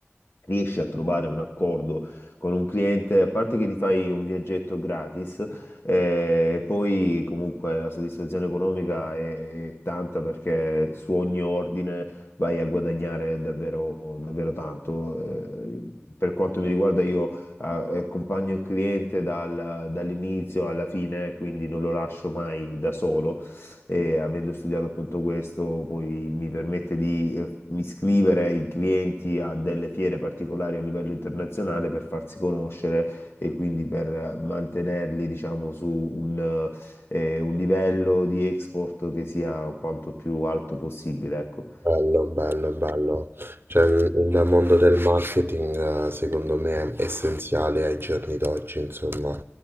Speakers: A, on the left; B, on the right.
A: riesci a trovare un accordo con un cliente, a parte che ti fai un viaggetto gratis, eh, poi comunque la soddisfazione economica è, è tanta perché su ogni ordine vai a guadagnare davvero, davvero tanto. Eh, per quanto mi riguarda io eh, accompagno il cliente dal- dall'inizio alla fine, quindi non lo lascio mai da solo e avendo studiato appunto questo, poi mi permette di eh, iscrivere i clienti a delle fiere particolari a livello internazionale per farsi conoscere e quindi per eh, mantenerli, diciamo, su un, eh, un livello di export che sia quanto più alto possibile, ecco.
B: Bello, bello, bello. Cioè, il mondo del marketing, eh, secondo me, è essenziale ai giorni d'oggi, insomma,